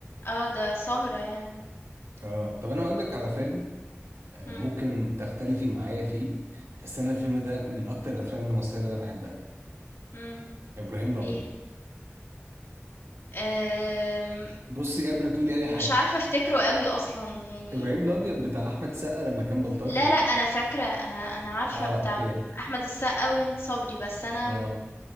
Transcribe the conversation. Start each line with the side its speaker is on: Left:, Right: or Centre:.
Left: آه، ده سهرة يعني.
Right: اه طب أنا هقولك على فيلم آه،
Left: إمم.
Right: ممكن تختلفي معايا فيه بس أنا الفيلم ده من أكتر الأفلام المصرية اللي أنا بحبها
Left: إمم،
Right: إبراهيم الأبيض
Left: إيه، آمم،
Right: بصي قبل ما تقولي أي حاجة
Left: مش عارفة أفتكره أوي أصلًا يعني
Right: إبراهيم الأبيض بتاع أحمد سقا لما كان بلطجي
Left: لا لأ، أنا فاكرة، أنا أنا عارفة
Right: اه
Left: بتاع
Right: أوكي
Left: أحمد السقا وهند صبري، بس أنا
Right: اه
Left: م